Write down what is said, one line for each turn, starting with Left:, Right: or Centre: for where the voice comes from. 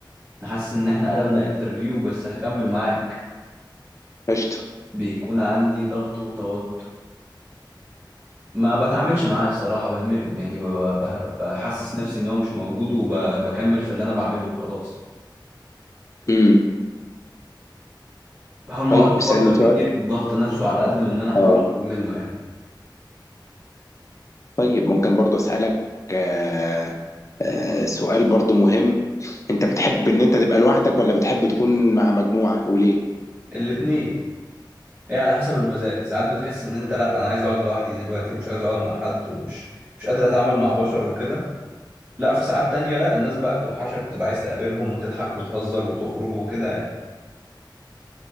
Right: حاسس ان احنا قلبنا انترفيو بس هكمل معاك
Left: قشطة
Right: بيكون عندي ضغط وتوتر ما بتعاملش معاه الصراحة بهمله يعني ب- ب- بحسس نفسي ان هو مش موجود وبكمل في اللي انا بعمله وخلاص
Left: امم
Right: بحاول ما
Left: طيب
Right: اقعدش
Left: اسألني
Right: افكر
Left: سؤال
Right: كتير في الضغط نفسه على قد ما ان انا احاول
Left: اه
Right: اخرج منه يعني
Left: طيب ممكن برضو اسألك آه آه سؤال برضو مهم انت بتحب ان انت تبقى لوحدك ولا بتحب تكون مع مجموعة وليه
Right: الاتنين هي على حسب المزاج ساعات بتحس ان انت لا انا عايز اقعد لوحدي دلوقتي ومش عايز اقعد مع حد ومش مش قادر اتعامل مع بشر وكده لا في ساعات تانية لا الناس بقى بتوحشك وتبقى عايز تقابلهم وتضحك وتهزر وتخرج وكده يعني